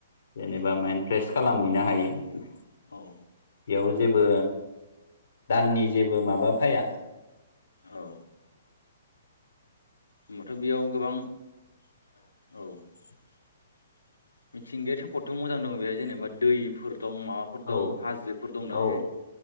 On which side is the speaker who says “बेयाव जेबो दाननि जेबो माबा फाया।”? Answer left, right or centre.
Left